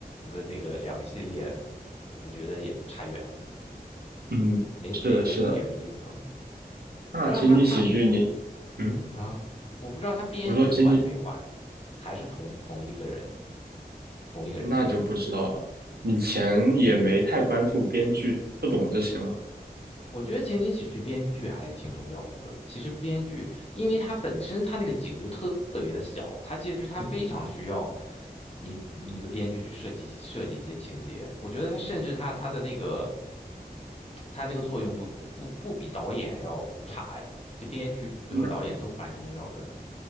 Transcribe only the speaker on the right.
嗯，
是的，是的，那情景喜剧你，
嗯，
我说情景
那就不知道了，以前也没太关注编剧，不懂这些嘛。
那